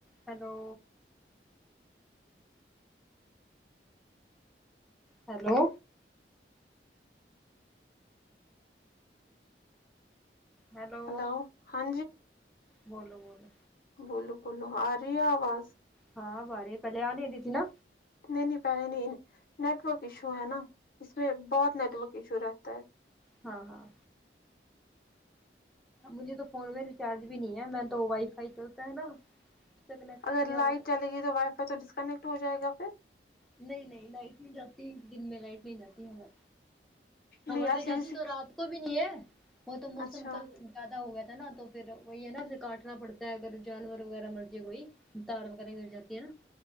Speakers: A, in the centre; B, on the left.
A: hello hello hello
B: hello ہاں
A: بولو بولو
B: بول بولو ارہی ہے آواز
A: ہاں اب ا رہی ہے پہلے آ نہی رہی تھی نہ
B: نہیں نہیں پہلے نہیں نیٹورک ایشو ہے نا اس میں بہت نیٹ ورک ایشو رہتا ہے
A: ہاں ہاں مجھے تو فون میں ریچارج بھی نہیں ہے میں تو وائی فائی چلتا ہے نا سے کنیکٹ
B: اگر
A: کیا
B: لائٹ
A: ہوا
B: چل گی تو وائی فائی تو ڈسکنیکٹ ہو جائے گا پھر
A: نہیں نہیں لائٹ نہیں جاتی دن میں لائٹ نہیں جاتی ہمار ہمارے
B: نہیں ایسے
A: جاتی
B: جیسے
A: تو رات کو بھی نہیں ہے وہ تو موسم
B: اچھا
A: کل زیادہ ہو گیا تھا نا تو پھر وہی ہے نا پھر کاٹنا پڑتا ہے اگر جانور وغیرہ مرضی کوئی تار وغیرہ گر جات ہے نا